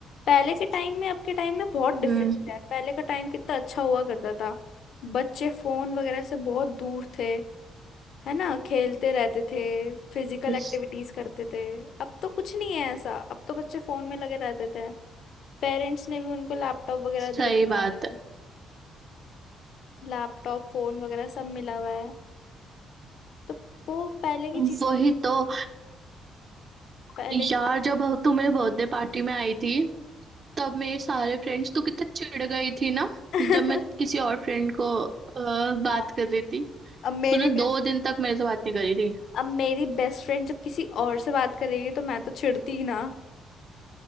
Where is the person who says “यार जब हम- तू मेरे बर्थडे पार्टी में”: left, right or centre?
Right